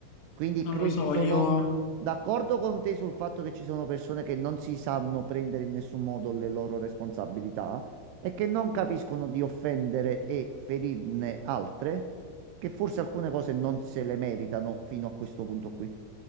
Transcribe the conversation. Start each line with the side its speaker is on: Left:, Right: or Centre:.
Right: Quindi
Left: Non
Right: credi,
Left: lo so,
Right: sono
Left: io...
Right: d'accordo con te sul fatto che ci sono persone che non si sanno prendere in nessun modo le loro responsabilità e che non capiscono
Left: <laughs>
Right: di offendere e ferirne altre, che forse alcune cose non se le meritano fino a questo punto qui.